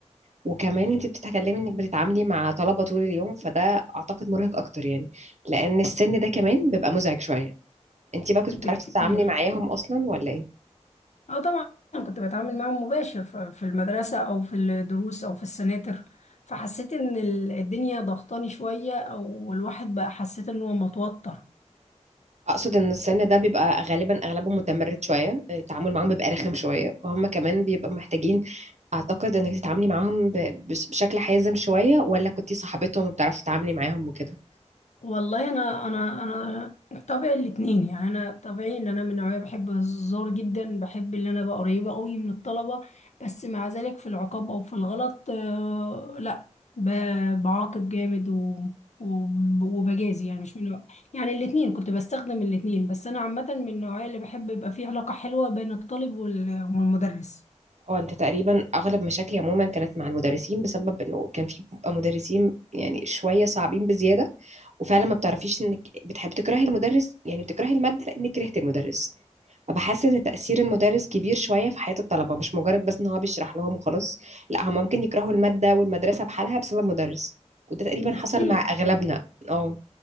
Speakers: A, on the right; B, on the left.
A: وكمان انت بتتكلمي انك بتتعاملي مع طلبة طول اليوم فده اعتقد مرهق اكتر يعني لان السن ده كمان بيبقى مزعج شوية انت بقى كنت
B: بكتير
A: بتعرفي تتعاملي معاهم اصلا ولا ايه
B: اه طبعا كنت بتعامل معاهم مباشر ف- في المدرسة أو في الدروس أو في السناتر فحسيت إن ال- الدنيا ضغطاني شوية أو الواحد بقى حسيت إن هو متوتر
A: اقصد ان السن ده بيبقى غالبا اغلبهم متمرد شوية التعامل معاهم بيبقى رخم شوية وهم كمان بيبقوا محتاجين اعتقد انك تتعاملي معاهم ب- بش- بشكل حازم شوية ولا كنتي صاحبتهم وبتعرفي تتعاملي معاهم وكده
B: والله انا انا انا طبعي الاتنين يعني انا طبيعي ان انا من نوعيه بحب الهزار جدا بحب ان انا ابقى قريبه قوي من الطلبه بس مع ذلك في العقاب او في الغلط آه، لا ب- بعاقب جامد و وب- وبجازي يعني مش من نوع- يعني الاتنين كنت بستخدم الاتنين بس انا عامه من النوعيه اللي بحب يبقى فيه علاقه حلوه بين الطالب وال- والمدرس
A: اه انت تقريبا اغلب مشاكلي عموما كانت مع المدرسين بسبب انه كان في بيبقى مدرسين يعني شويه صعبين بزياده وفعلا ما بتعرفيش انك بتحب تكرهي المدرس يعني بتكرهي الماده لانك كرهت المدرس فبحس ان تاثير المدرس كبير شويه في حياه الطلبه مش مجرد بس ان هو بيشرح لهم وخلاص لا هم ممكن يكرهوا الماده والمدرسه بحالها بسبب مدرس وده تقريبا
B: بكتير
A: حصل مع اغلبنا اه